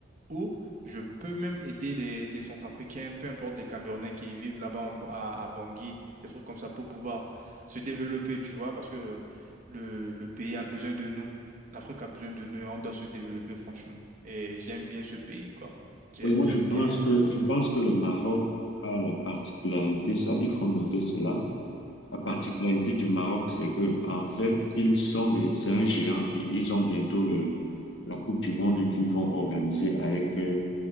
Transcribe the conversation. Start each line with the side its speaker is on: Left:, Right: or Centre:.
Right: où je peux même aider des, des Centrafricains, peu importe des Camerounais qui vivent là-bas en- à, à Bangui, des trucs comme ça pour pouvoir se développer, tu vois, parce que le, le pays a besoin de nous. L'Afrique a besoin de nous et on doit se développer, franchement. Et j'aime bien ce pays, quoi. J'aime,
Left: Oui, moi
Right: j'aime
Left: je pense
Right: bien
Left: que je pense que le Maroc a la particularité, ça, il faut noter cela. La particularité
Right: Mhm.
Left: du Maroc, c'est que en fait, ils sont des, c'est un géant. Ils ils ont bientôt le, la Coupe du Monde qu'ils vont organiser avec euh,